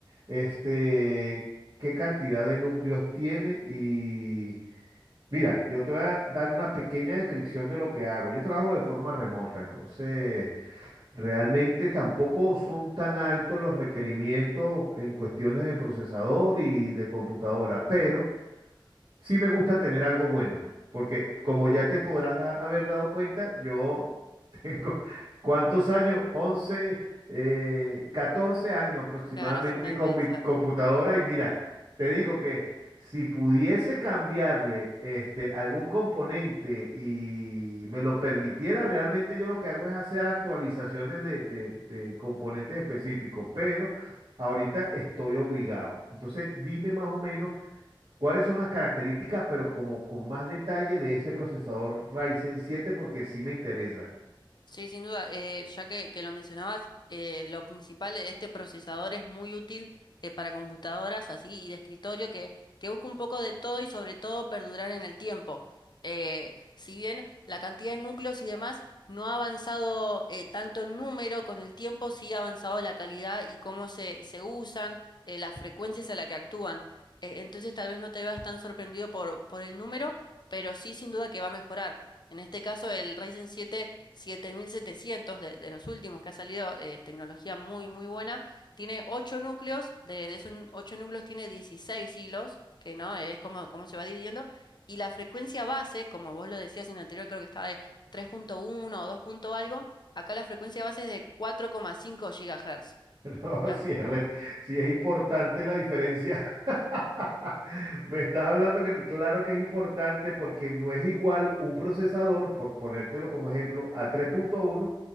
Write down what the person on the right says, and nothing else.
este, ¿qué cantidad de núcleos tiene? Y Mira, yo te voy a dar una pequeña descripción de lo que hago. Yo trabajo de forma remota, entonces realmente tampoco son tan altos los requerimientos en cuestiones de procesador y de computadora, pero sí me gusta tener algo bueno, porque como ya te podrás da- haber dado cuenta, yo tengo, <laughs> ¿cuántos años? once, eh, 14 años aproximadamente
con mi computadora y mira, te digo que si pudiese cambiarle este, algún componente y me lo permitiera, realmente yo lo que hago es hacer actualizaciones de, de de componentes específicos, pero ahorita estoy obligado. Entonces, dime más o menos. ¿Cuáles son las características, pero como con más detalle de ese procesador Ryzen 7? Porque sí me interesa. <laughs>
No,
si es, re- sí es importante la diferencia. <laughs> Me estás hablando que claro que es importante porque no es igual un procesador, por ponértelo como ejemplo, a 3.1